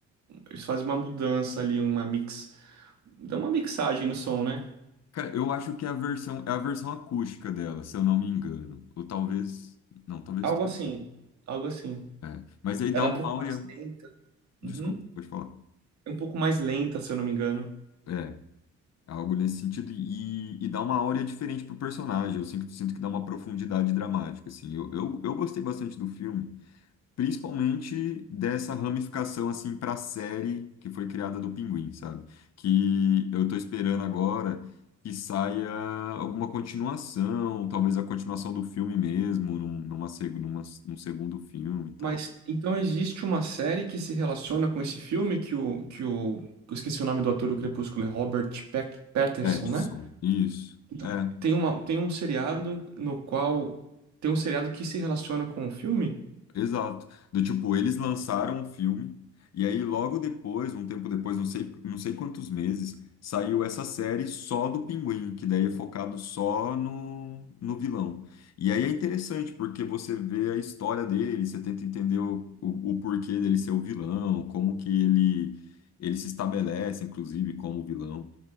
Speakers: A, on the right (about 65°); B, on the left (about 60°).
A: eles fazem uma mudança ali, uma mix, dá uma mixagem no som, né?
B: Cara, eu acho que é a versão, é a versão acústica dela, se eu não me engano. Ou talvez... Não, talvez...
A: Algo
B: esteja.
A: assim, algo assim.
B: É. Mas aí
A: Ela
B: dá
A: é
B: uma
A: um pouco
B: áurea...
A: mais lenta. Uhum.
B: Desculpa, pode falar.
A: É um pouco mais lenta, se eu não me engano.
B: é Algo nesse sentido e, e dá uma áurea diferente pro personagem. Eu sinto, sinto que dá uma profundidade dramática, assim. Eu, eu, eu gostei bastante do filme, principalmente dessa ramificação, assim, pra série que foi criada do Pinguim, sabe? Que eu tô esperando agora que saia alguma continuação, talvez a continuação do filme mesmo, num, numa, seg- numa, num segundo filme e tal.
A: Mas então existe uma série que se relaciona com esse filme que o que o eu esqueci o nome do ator do Crepúsculo, é Robert Peck, Patterson,
B: Petson,
A: né?
B: isso.
A: Então,
B: É.
A: tem uma, tem um seriado no qual tem um seriado que se relaciona com o filme?
B: Exato. Do tipo, eles lançaram um filme e aí logo depois, um tempo depois, não sei, não sei quantos meses, saiu essa série só do Pinguim, que daí é focado só no, no vilão. E aí é interessante porque você vê a história dele, você tenta entender o, o, o porquê dele ser o vilão, como que ele, ele se estabelece, inclusive, como vilão.